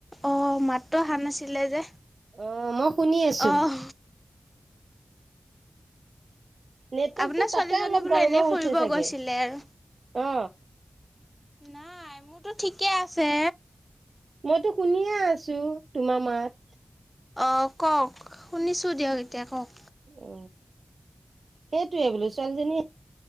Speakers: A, in the centre; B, on the right.
A: অ মাতটো অহা নাছিলে যে।
B: অ মই- শুনি আছো
A: অহ
B: নেটৱৰ্কটো
A: আপোনাৰ ছোৱালীজনী
B: তাতে অলপ
A: বোলো
B: গৰ্বৰ
A: এনেই
B: হৈছে
A: ফুৰিব
B: চাগে।
A: গৈছিলে আৰু
B: অ।
A: নাই, মোৰতো ঠিকে আছে।
B: মইতো শুনিয়ে আছো তোমাৰ মাত।
A: অ কওক শুনিছো দিয়ক এতিয়া কওঁক।
B: উ সেইটোয়ে বোলো ছোৱালীজনী